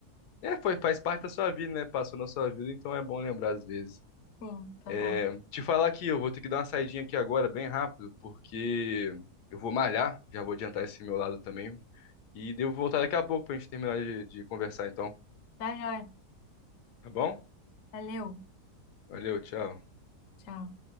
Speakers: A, on the left; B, on the left.
A: É, foi, faz parte da sua vida, né? Passou na sua vida, então é bom lembrar às vezes.
B: sim, total.
A: É, te falar aqui, eu vou ter que dar uma saidinha aqui agora, bem rápido, porque eu vou malhar, já vou adiantar esse meu lado também. E devo voltar daqui a pouco pra gente terminar de, de conversar, então.
B: Tá joia.
A: Tá bom?
B: Valeu.
A: Valeu, tchau.
B: Tchau.